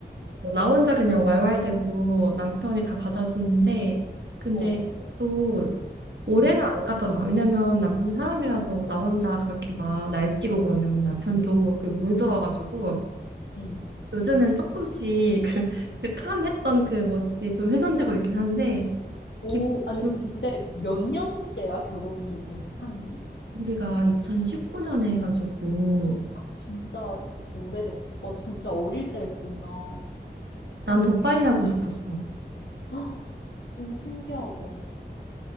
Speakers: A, on the right; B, on the left.
A: 어, 나 혼자 그냥 왈왈대고 남편이 다 받아주는데 근데
B: 어.
A: 또 오래는
B: 음.
A: 안 가더라. 왜냐면 남편도 사람이라서 나 혼자 그렇게 막 날뛰고 그러면 남편도 그게 물들어가지고
B: 응.
A: 요즘엔 조금씩 <laughs> 그, 그 캄했던 그 모습이 좀 훼손되고 있긴 한데
B: 오,
A: 기본적으로
B: 아니, 근데 몇 년째야, 결혼이 된, 한지?
A: 우리가 2019년에 해가지고
B: 진짜 오래됐, 어, 진짜 어릴 때 했구나.
A: 난 더 빨리 하고 싶었어.
B: 헉, <gasps> 오, 신기하다.